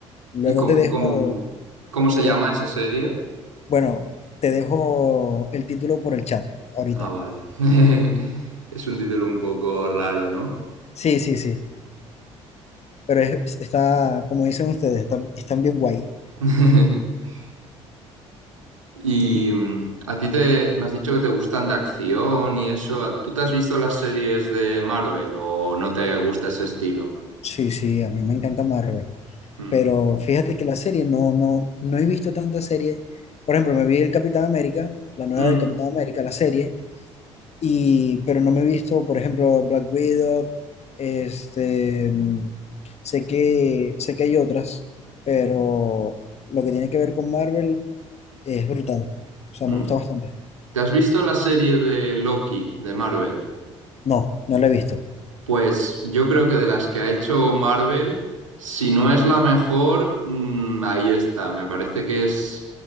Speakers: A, on the left (about 40°); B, on the right (about 80°).
A: Luego
B: ¿Y cómo,
A: te dejo,
B: cómo, cómo se
A: luego-
B: llama esa serie?
A: bueno, te dejo el título por el chat ahorita.
B: Ah, vale. <laughs> Es un título un poco raro, ¿no?
A: Sí, sí, sí. Pero es- está, como dicen ustedes, está- están bien guay.
B: <laughs> Y
A: Y-
B: mm, a ti te, me has dicho que te gustan de acción y eso. ¿Tú te has visto las series de Marvel o no te gusta ese estilo?
A: sí, sí, a mí me encanta Marvel.
B: Mm.
A: Pero fíjate que la serie no, no, no he visto tanta serie. Por ejemplo, me vi el Capitán América, la nueva
B: Mm,
A: del Capitán América, la serie, Y, pero no me he visto, por ejemplo, Black Widow, este, mm, sé que, sé que hay otras, pero lo que tiene que ver con Marvel es brutal. O sea,
B: mm.
A: me gusta bastante.
B: ¿Te has visto la serie de Loki de Marvel?
A: No, no la he visto.
B: Pues yo creo que de las que ha hecho Marvel, si no es la mejor, mm, ahí está. Me parece que es